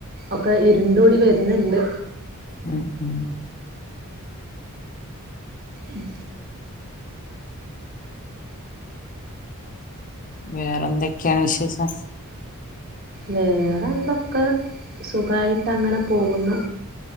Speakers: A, on the right; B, on the left.
A: ഒക്കെ ഇരുണ്ടൂടി വരുന്നുണ്ട്
B: ഉം ഉം
A: ഉം
B: വേറൊന്തൊക്കെയാണ് വിശേഷം
A: വേറെ എന്തൊക്കെ സുഖായിട്ട് അങ്ങനെ പോകുന്നു